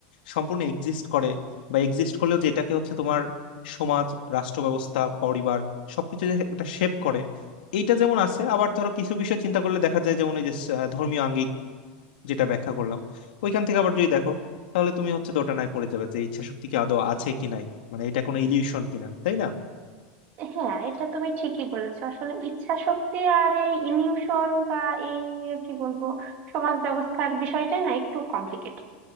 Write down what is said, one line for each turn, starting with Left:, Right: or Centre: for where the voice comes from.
Left: সম্পূর্ণ এক্সিস্ট করে বা এক্সিস্ট করলেও যেটাকে হচ্ছে তোমার সমাজ রাষ্ট্র ব্যবস্থা পরিবার সবকিছু যে একটা শেপ করে এইটা যেমন আছে আবার ধরো কিছু বিষয় চিন্তা করলে দেখা যায় যেমন এই যে আহ, ধর্মীয় আঙ্গিক যেটা ব্যাখ্যা করলাম ওইখান থেকে আবার যদি দেখো তাহলে তুমি হচ্ছে দোটানায় পড়ে যাবে যে ইচ্ছা শক্তি কি আদৌ আছে কি নাই মানে এটা কোনো ইলিউশন কিনা তাই না
Right: হ্যাঁ এটা তুমি ঠিকই বলেছো আসলে ইচ্ছা শক্তি আর এই ইলিউশন বা এই কি বলবো সমাজ ব্যবস্থার বিষয়টাই না একটু কমপ্লিকেটেড